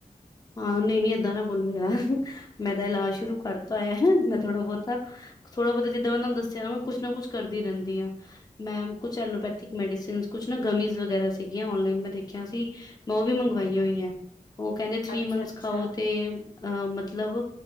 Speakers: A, on the left (about 25°); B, on the left (about 75°).
A: ਹਾਂ ਨਹੀਂ ਨੀ ਏਦਾਂ ਨਾ ਬੋਲੋ ਯਾਰ ਮੈਂ ਤਾਂ ਇਲਾਜ ਸ਼ੁਰੂ ਕਰ ਤਾ ਹੈ ਮੈਂ ਥੋੜਾ ਬਹੁਤਾ ਥੋੜਾ ਬੋਤਾ ਜਿੱਦਾਂ ਉਹਨਾਂ ਨੂੰ ਦੱਸਿਆ ਨਾ ਕੁਛ ਨਾ ਕੁਛ ਕਰਦੀ ਰਹਿੰਦੀ ਆ ਮੈ ਕੁੱਛ ਲੋਪੈਥਿਕ ਮੈਡੀਸਨ, ਕੁੱਛ ਨਾ ਗਮੀ ਵਗੈਰਾ ਸੀਗੀਆਂ ਔਨਲਾਈਨ ਮੈਂ ਦੇਖਿਆ ਸੀ ਮੈਂ ਉਹ ਵੀ ਮੰਗਵਾਈਆਂ
B: ਆ।
A: ਹੋਈਆਂ। ਉਹ ਕਹਿੰਦੇ ਥ੍ਰਰੀ
B: ਅੱਛਾ
A: ਮੰਥਸ
B: ਅੱਛਾ
A: ਖਾਓ ਤੇ ਅ ਮਤਲਬ